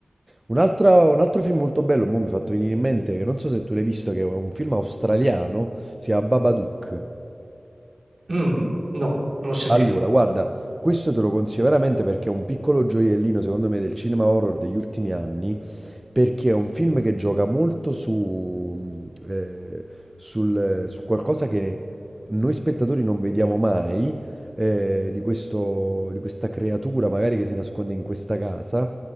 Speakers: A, on the right; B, on the right.
A: Un'altra un altro film molto bello, mo' mi hai fatto venire in mente, che non so se tu l'hai visto, che è un film australiano, si chiama Babadook.
B: Mm, no, non l'ho sentito.
A: Allora, guarda, questo te lo consiglio veramente perché è un piccolo gioiellino, secondo me, del cinema horror degli ultimi anni, perché è un film che gioca molto su, mh, eh, sul- su qualcosa che noi spettatori non vediamo mai, eh, di questo, di questa creatura magari che si nasconde in questa casa.